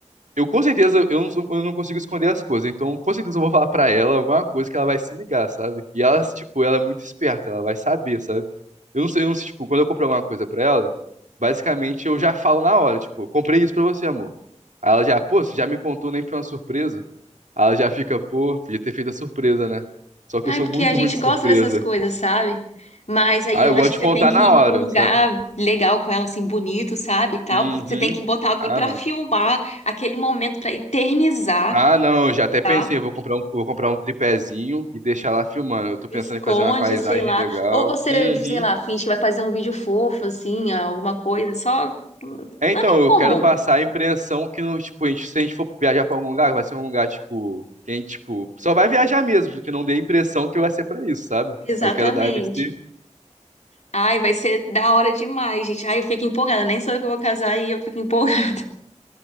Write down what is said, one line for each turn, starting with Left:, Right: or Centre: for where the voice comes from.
Right: eu com certeza eu não, sou- eu não consigo esconder as coisas. Então, com certeza eu vou falar pra ela alguma coisa que ela vai se ligar, sabe? E ela, tipo, ela é muito esperta, ela vai saber, sabe? Eu não sei, eu não sei, tipo, quando eu comprar alguma coisa pra ela, basicamente eu já falo na hora, tipo, comprei isso pra você, amor. Aí ela já, pô, você já me contou, nem foi uma surpresa. Aí ela já fica, pô, podia ter feito a surpresa, né? Só que
Left: Ah,
Right: eu sou
Left: é porque
Right: muito
Left: a gente
Right: ruim de
Left: gosta
Right: surpresa.
Left: dessas coisas, sabe? Mas aí
Right: Ah,
Left: eu
Right: eu
Left: acho
Right: gosto
Left: que
Right: de
Left: você
Right: contar
Left: tem que
Right: na
Left: ir
Right: hora,
Left: para um lugar
Right: sabe?
Left: legal com ela, assim, bonito, sabe? E tal.
Right: Uhum.
Left: Você tem que botar alguém
Right: Ah,
Left: para
Right: não.
Left: filmar aquele momento para eternizar,
Right: Ah, não, eu já até
Left: tá?
Right: pensei, eu vou comprar um, vou comprar um tripézinho e deixar lá filmando. Eu tô
Left: Esconde,
Right: pensando em fazer uma paisagem
Left: sei lá.
Right: legal.
Left: Ou você,
Right: Uhum.
Left: sei lá, finge que vai fazer um vídeo fofo, assim, alguma coisa, só
Right: É,
Left: nada
Right: então,
Left: em
Right: eu
Left: comum.
Right: quero passar a impressão que, no, tipo, a gente- se a gente for viajar pra algum lugar, vai ser um lugar, tipo, que a gente, tipo, só vai viajar mesmo, que não dê a impressão que vai ser pra isso, sabe?
Left: Exatamente.
Right: Eu quero dar esse...
Left: Ai, vai ser da hora demais, gente. Ai, eu fico empolgada. Nem sou eu que vou casar e eu fico empolgada.